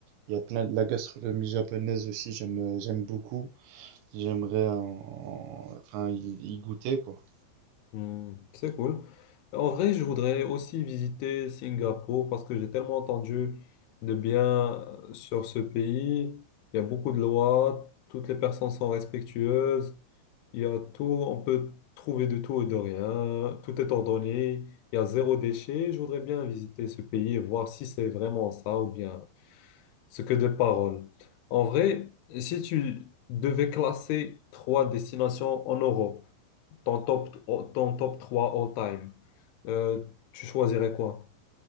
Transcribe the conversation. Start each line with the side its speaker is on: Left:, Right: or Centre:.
Right: Il y a plein de la gastronomie japonaise aussi, j'aime, euh, j'aime beaucoup. J'aimerais en- en- enfin, y, y goûter, quoi.
Left: Hmm, c'est cool. En vrai, je voudrais aussi visiter Singapour parce que j'ai tellement entendu de bien euh, sur ce pays. Il y a beaucoup de lois, toutes les personnes sont respectueuses, il y a tout, on peut trouver de tout et de rien, tout est ordonné, il y a zéro déchet. Je voudrais bien visiter ce pays et voir si c'est vraiment ça ou bien ce que des paroles. En vrai, si tu devais classer trois destinations en Europe, ton top, oh, ton top 3 all-time, euh, tu choisirais quoi?